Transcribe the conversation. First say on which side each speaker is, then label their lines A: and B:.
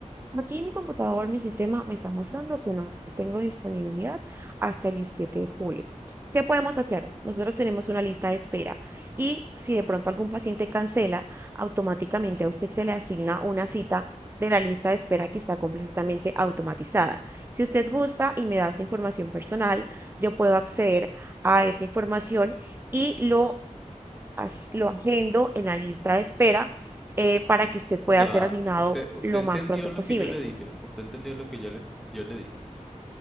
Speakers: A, on the right; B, in the centre.
A: Aquí mi computador, mi sistema me está mostrando que no tengo disponibilidad hasta el 17 de julio. ¿Qué podemos hacer? Nosotros tenemos una lista de espera y si de pronto algún paciente cancela, automáticamente a usted se le asigna una cita de la lista de espera que está completamente automatizada. Si usted gusta y me da su información personal, yo puedo acceder a esa información y lo, as- lo agendo en la lista de espera eh, para que usted pueda
B: Ya
A: ser
B: va.
A: asignado
B: Usted, usted
A: lo
B: entendió
A: más pronto
B: lo
A: posible.
B: que yo le dije. Usted entendió lo que yo le, yo le dije.